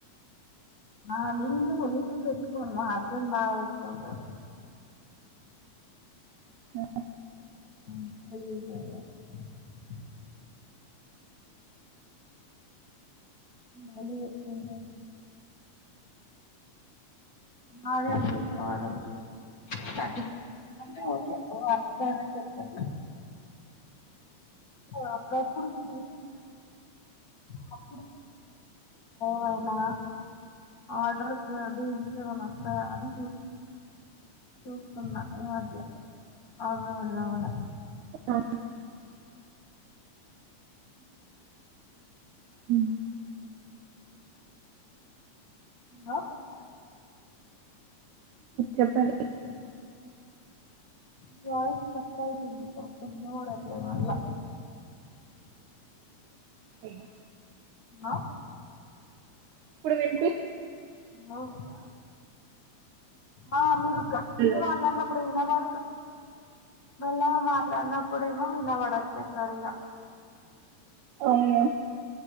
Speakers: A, on the left; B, on the right.
A: మామూలుగా నిను పెట్టుకోను మా హస్బెండ్ బాగా పెట్టుకుంటాారు
B: అ
A: అ <unintelligible> మళ్ళీ పెట్టుకుంటారు బాగనే ఉంది ప్రడక్ట్ అంటే ఓకే వర్త్ అనే చెప్పచ్చు సో అప్పుడు అప్పుడు చుస్ <unintelligible> ఒక వేళ ఆర్డర్స్ డీల్స్ ఏమైన్న వస్తాయని అది చూస్తున్నా ఈ మధ్య ఆర్డర్ పెడదామని
B: అ
A: <inaudible>
B: హ్మ్
A: ఇంగా
B: చెప్పండి
A: ఉన్న నీవాయిస్ కట్ అయితుంది వినపడట్లే మళ్ళ
B: ఎగ్ న <unintelligible>
A: ఆ
B: ఇప్పుడు వినిపి
A: ఆ అవ్ ఆ మీరు గట్టిగా
B: హలో
A: మాట్లాడినప్పుడు వినవా మెల్లగా మాట్లాడినప్పుడు ఏమో వినబడట్లే సరిగా
B: అవునా